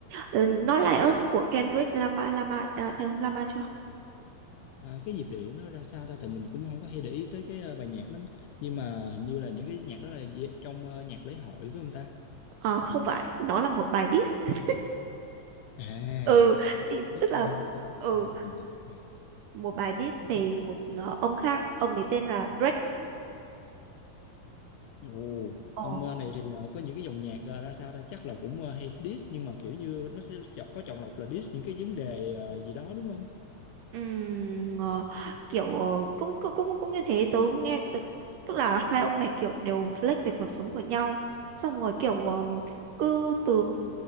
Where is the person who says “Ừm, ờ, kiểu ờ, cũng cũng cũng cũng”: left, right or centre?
Right